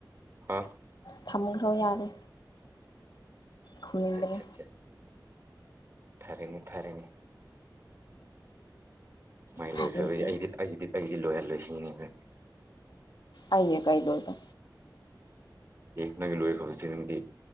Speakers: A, on the right; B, on the left.
A: ꯍꯥ
B: ꯊꯝꯈ꯭ꯔꯣ ꯌꯥꯔꯦ ꯈꯨꯝꯅꯤꯡꯗ꯭ꯔꯦ
A: ꯁꯠ ꯁꯠ ꯁꯠ ꯐꯔꯦꯅꯦ ꯐꯔꯦꯅꯦ ꯃꯥꯢ
B: ꯐꯔꯦꯒ
A: ꯂꯣꯢꯖꯕꯒꯤ ꯑꯩꯗꯤ ꯑꯩꯒꯤꯗꯤ ꯑꯩꯗꯤ ꯂꯣꯢꯍꯜꯂꯣꯢ ꯁꯤꯅꯤꯅꯦ
B: ꯑꯩꯅ ꯀꯩꯗꯧꯔꯤꯕ
A: ꯑꯦ ꯅꯣꯢꯒꯤ ꯂꯣꯢꯈ꯭ꯔꯕ ꯑꯗꯨ ꯅꯨꯃꯤꯠꯇꯤ